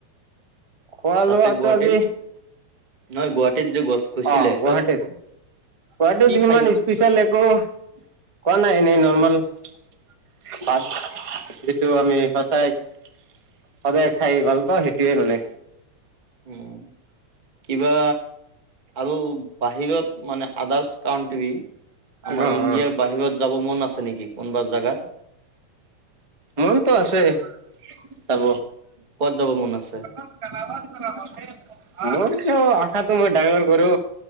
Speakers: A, on the right (about 45°); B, on the right (about 20°).
A: খোৱা
B: তাতে,
A: লোৱাটো
B: গুৱাহাটীত
A: আজি
B: নহয় গুৱাহাটীত যে গছ গৈছিলে
A: অ', গুৱাহাটীত
B: তাত
A: গুৱাহাটীত
B: কি
A: হিমান
B: খাইছে?
A: নি পিছাল একো, কোৱা নাই এনেই নৰ্মৰ্মেল বাট যিটো আমি সচাই সদাই খাই ভাল ত সেইটে মানে
B: উম কিবা আৰু বাহিৰত মানে, আদাৰছ <unintelligible> টি আমাৰ
A: অ
B: ইণ্ডিয়াৰ
A: অ
B: বাহিৰত যাব মন আছে নেকি, কোনোবা জোগাত
A: মনটো আছে চাব
B: ক'ত যাব মন আছে
A: <unintelligible> মোৰ ক আশাটো মই ডাঙৰ কৰো,